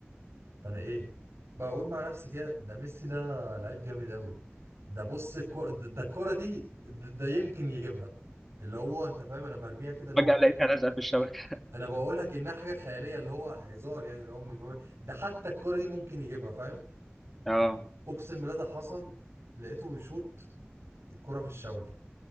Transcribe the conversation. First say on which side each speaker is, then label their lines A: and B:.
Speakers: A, on the right; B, in the centre.
A: فانا ايه بقول مع نفسي كده ده ميسي ده لعيب جامد قوي ده بص الكرة ده, ده الكرة دي ده, ده يمكن يجيبها اللي هو انت فاهم انا برميها كده اللي
B: فجأة
A: هو
B: لقيتها لازقة في الشبكة
A: انا بقولها كانها حاجه خياليه اللي هو هزار يعني اللي هو من باب ده حتى الكره دي ممكن يجيبها فاهم
B: اه
A: اقسم بالله ده حصل لقيته بيشوط الكره في الشبكه